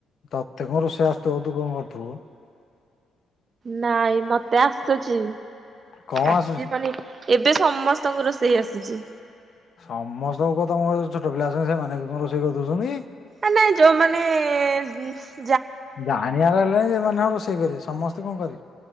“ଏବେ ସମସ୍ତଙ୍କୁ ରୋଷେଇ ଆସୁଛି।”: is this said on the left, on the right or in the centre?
Right